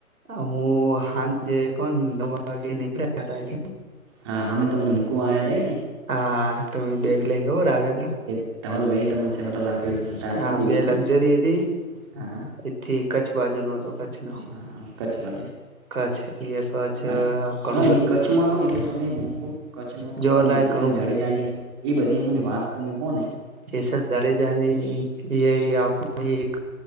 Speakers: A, on the right; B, on the right.
A: અમો હાંજેે કોન નવ વાગે નીકળ્યા હતા અહીંથી.
B: હા અમે તમને મૂકવા આયાતા એ ને?
A: હા તમેં બેગ લઈ ગયોતો. <unintelligible>
B: તો ધવલભાઈ એ તમને <unintelligible> ઓર્ડર આપ્યોતો તારે
A: હા
B: એ દિવસે
A: બે
B: નહી.
A: લક્ઝરી હતી
B: હા
A: એથી કચ્છ બાજુ નો હતો કચ્છ નો
B: અ કચ્છ બાજુ.
A: કચ્છ એ કચ્છ
B: હા
A: ઘણું
B: હા
A: બધું
B: એ કચ્છમાં એટલે તમે મુકો કચ્છમાં તમે
A: જોવાલાયક
B: પેલી જેસલ
A: ઘણું બધું
B: જાડેજાની એ બધી એમને વાત તમે કોને
A: જેસલ જાડેજાની એ આપણી એક